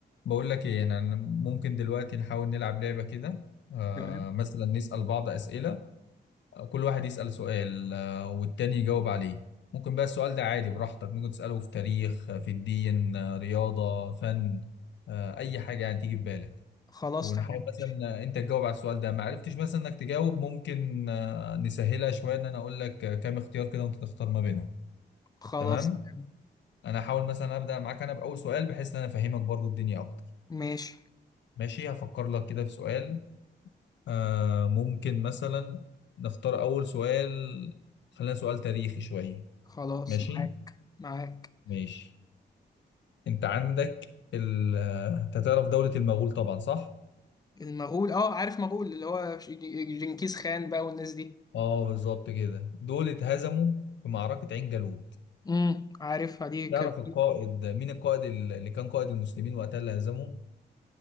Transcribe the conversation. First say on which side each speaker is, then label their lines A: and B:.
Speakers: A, on the left (about 75°); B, on the left (about 20°).
A: بقول لك ايه يعني انا ممكن دلوقتي نحاول نلعب لعبة كده آه
B: تمام
A: مثلا نسأل بعض أسئلة آه، كل واحد يسأل سؤال آه والتاني يجاوب عليه ممكن بقى السؤال ده عادي براحتك ممكن تسأله في تاريخ آه، في الدين آه رياضة فن آه أي حاجة يعني تيجي في بالك
B: خلاص
A: ونحاول
B: تمام ماشي
A: مثلا آه، أنت تجاوب على السؤال ده ما عرفتش مثلا إنك تجاوب ممكن آه نسهلها شوية إن أنا أقول لك آه، كام اختيار كده وأنت تختار ما بينهم
B: خلاص
A: تمام
B: تمام
A: أنا هحاول مثلا أبدأ معاك أنا بأول سؤال بحيث إن أنا أفهمك برضو الدنيا أكتر
B: ماشي
A: ماشي هفكر لك كده في سؤال آه ممكن مثلا نختار أول سؤال خلينا سؤال تاريخي شوية
B: خلاص
A: ماشي
B: معاك معاك
A: ماشي أنت عندك ال آه، أنت تعرف دولة المغول طبعا صح؟
B: المغول اه عارف مغول اللي هو ج- ج- جنكيز خان بقى والناس دي
A: اه بالظبط كده دول اتهزموا في معركة عين جالوت
B: امم عارفها دي كانت
A: تعرف القائد مين القائد ال- اللي كان قائد المسلمين وقتها اللي هزمهم؟